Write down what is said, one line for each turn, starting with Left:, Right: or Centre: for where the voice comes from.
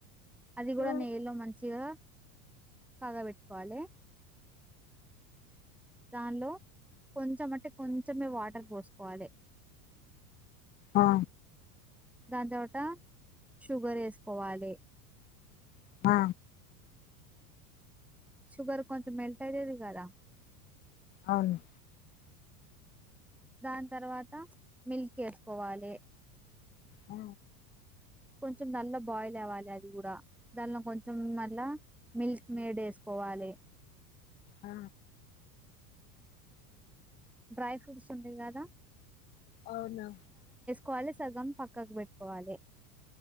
Centre: అది కూడా
Left: ఆ
Centre: నెయ్యిలో మంచిగా కాగా పెట్టుకోవాలి దానిలో కొంచెం అంటే కొంచమే వాటర్ పోసుకోవాలే
Left: ఆ
Centre: దాని తర్వాత షుగర్ వేసుకోవాలి
Left: ఆ
Centre: షుగర్ కొంచెం మెల్ట్ అయతది కదా
Left: అవును
Centre: దాని తర్వాత మిల్క్ వేసుకోవాలే
Left: ఆ
Centre: కొంచెం నల్ల బాయిల్ అవ్వాలి అది కూడా దానిలో కొంచెం మళ్ళా మిల్క్ మేడ్ వేసుకోవాలే
Left: ఆ
Centre: డ్రై ఫ్రూట్స్ ఉండయి కదా
Left: అవునా
Centre: కోళి సగం పక్కకు పెట్టుకోవాలే